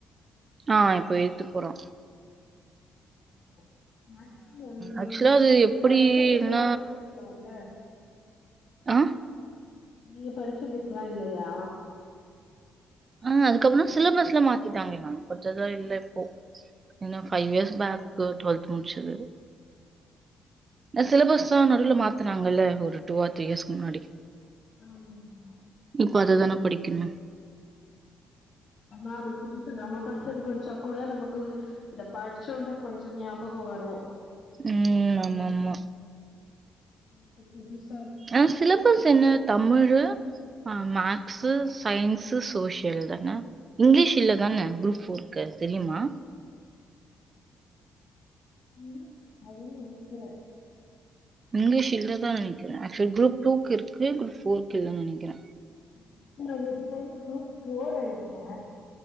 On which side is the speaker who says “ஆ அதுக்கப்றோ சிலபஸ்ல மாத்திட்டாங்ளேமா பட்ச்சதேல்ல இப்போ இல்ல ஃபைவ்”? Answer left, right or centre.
Right